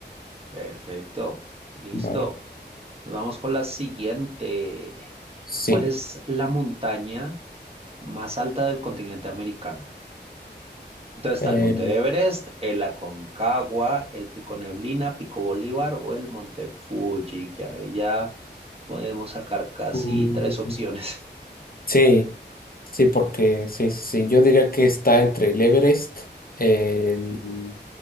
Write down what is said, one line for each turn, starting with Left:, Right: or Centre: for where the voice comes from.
Right: Perfecto. Listo.
Left: Vale.
Right: Nos vamos con la siguiente.
Left: Sí.
Right: ¿Cuál es la montaña más alta del continente americano? Entonces está
Left: Eh,
Right: el Monte Everest, el Aconcagua, el Pico Neblina, Pico Bolívar o el Monte Fuji, que ahí ya podemos sacar casi
Left: mm,
Right: tres opciones
Left: Sí, sí, porque sí, sí, sí. Yo diría que está entre el Everest el-